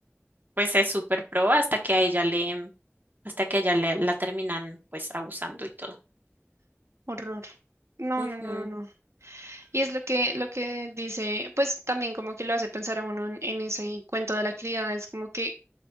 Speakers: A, on the right (about 45°); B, on the right (about 80°).
A: pues es súper pro hasta que a ella le, hasta que a ella le- la terminan, pues, abusando y todo.
B: horror. No,
A: Ujú,
B: no, no, no. no. Y es lo que, lo que dice, pues también como que lo hace pensar a uno en, en ese cuento de la criada, es como que